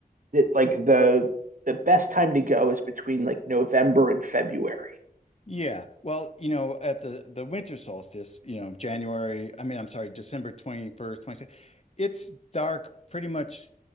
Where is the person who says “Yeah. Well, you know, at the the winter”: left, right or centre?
Left